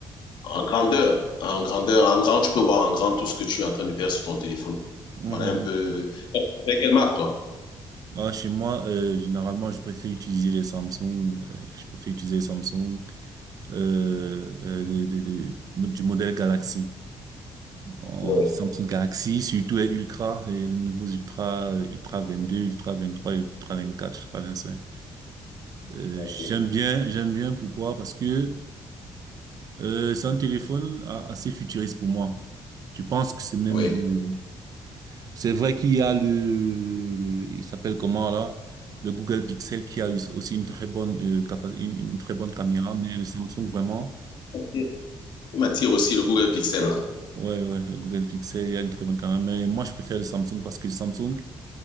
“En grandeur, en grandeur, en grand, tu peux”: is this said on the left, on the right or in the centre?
Left